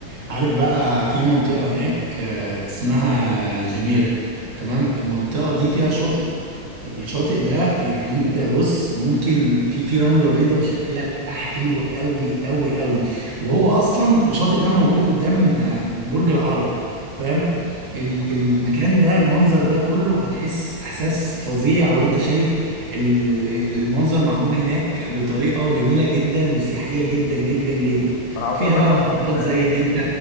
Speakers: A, on the right (about 35°); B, on the left (about 85°).
A: عارف بقى في منطقة هناك آه، اسمها جميرة تمام المنطقة دي فيها شاطئ الشاطئ ده يعني انت بص ممكن في في رملة بيضاء شكلها حلو قوي قوي قوي وهو اصلا الشاطئ ده موجود قدام آه، برج العرب فاهم ال-
B: اوف
A: المكان ده المنظر ده كله هتحس احساس فظيع وانت شايف ال- ال- المنظر معمول هناك بطريقة جميلة جدا وسياحية جدا جدا جدا
B: ما انا عاوز
A: وفيها
B: اقول
A: بقى
B: لك اصلا
A: نشاطات زي ان انت